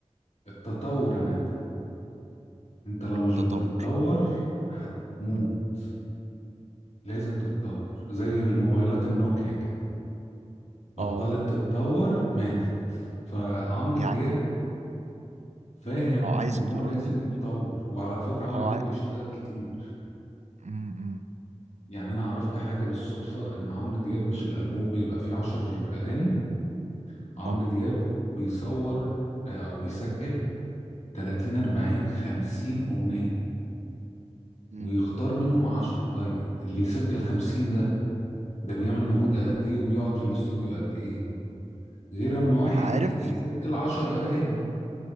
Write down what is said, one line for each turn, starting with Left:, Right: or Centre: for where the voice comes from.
Left: التطور يا مادة انت لو مش
Right: التطور
Left: بتتطور هتموت
Right: مم.
Left: لازم تتطور زي الموبايلات النوكيا كده بطلت
Right: اه
Left: تتطور ماتت فعمرو
Right: يعني
Left: دياب فاهم
Right: اه عايز
Left: ان هو
Right: تقول
Left: لازم
Right: لي
Left: يتطور وعلى فكرة عمرو
Right: اه
Left: دياب
Right: عاي-
Left: بيشتغل كتير
Right: مم، مم.
Left: يعني انا عرفت حاجه بالصدفه ان عمرو دياب مش الالبوم بيبقى فيه عشر اغاني عمرو
Right: اه
Left: دياب بيصور آه، او بيسجل 30 40 50 اغنيه
Right: مم.
Left: ويختار منهم 10 طيب اللي يسجل 50 ده ده بيعمل مجهود قد ايه وبيقعد في الاستوديو قد ايه غير اما واحد
Right: عارف
Left: يسجل 10 اغاني